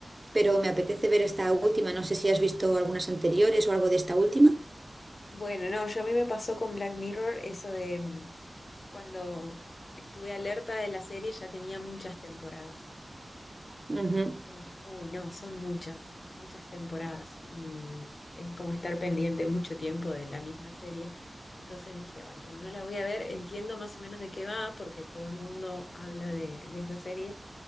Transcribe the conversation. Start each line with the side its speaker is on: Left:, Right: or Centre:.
Right: pero me apetece ver esta última. No sé si has visto algunas anteriores o algo de esta última.
Left: Bueno, no, yo a mí me pasó con Black Mirror eso de mm, cuando estuve alerta de la serie ya tenía muchas temporadas.
Right: Ujú.
Left: Y dije, uy, no, son muchas, muchas temporadas y es como estar pendiente mucho tiempo de la misma serie. Entonces dije, ay, no, no la voy a ver, entiendo más o menos de qué va porque todo el mundo habla de, de esa serie,